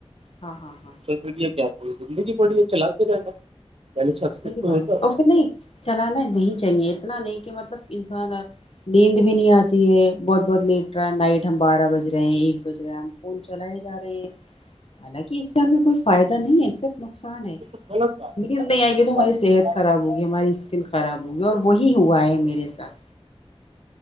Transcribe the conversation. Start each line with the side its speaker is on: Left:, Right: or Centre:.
Left: ہاں ہاں <unintelligible>
Right: م کیا ب زندگی پڑی ہے چلاتے رہیں گا یعنی سب
Left: صحیح
Right: تو
Left: بات
Right: ہوتا
Left: ہے
Right: <unintelligible>
Left: اور نہیں چلانا نہیں چاہیے اتنا نہیں کہ مطلب انسان نیند بھی نہیں آتی ہے بہت بہت لیٹ رہا نائٹ ہم بارہ بج رہے ہیں ایک بج رہا ف چلائے جا رہے ہیں حالانکہ اس سے ہمیں کوئی فائدہ نہیں ہے صرف <unintelligible> نقصان ہے
Right: یہ تو غلط بات ہے
Left: نیند
Right: نا
Left: نہیں آئی گ <unintelligible> تو ہماری
Right: یہ
Left: صحت خراب ہوگی ہماری اسکن خراب ہوگی اور وہی ہوا ہے میرے ساتھ